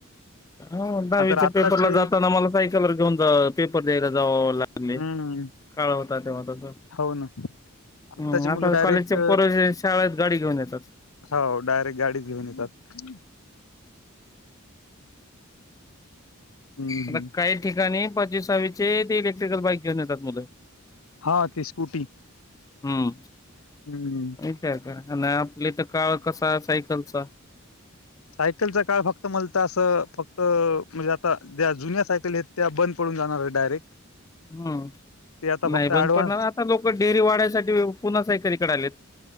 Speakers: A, on the left; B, on the left.
A: हा दहावीच्या
B: आत्ताचे
A: पेपरला जाताना मला सायकलवर घेऊन जा पेपर द्यायला जाव लागले
B: हं.
A: काळ तेव्हा तसं
B: हो ना आत्ताची
A: हं, आता
B: मुलं डायरेक्ट
A: कॉलेजच्या पोर शाळेत गाडी घेऊन येतात
B: हो डायरेक्ट गाडीत घेऊन येतात हं,
A: आता
B: हं.
A: काही ठिकाणी पचवीसावीस ते इलेक्ट्रिकल बाईक घेऊन येतात मु
B: हा ते स्कूटी
A: हम्म
B: हम्म
A: विचार करा आणि आपली तर काळ कसा आहे सायकलचा
B: सायकलचा काळ फक्त मलातर असं फक्त म्हणजे त्या्या जुन्या सायकल आहेत त्या बंद पडून जाणार आहे डायरेक्ट
A: हम्म
B: ते आता
A: नाही
B: फक्त
A: बंद
B: ऍडव्हान्स
A: पडणार आता लोक डेरी वाढायसाठी पुन्हा सा एककरीकडे आलेत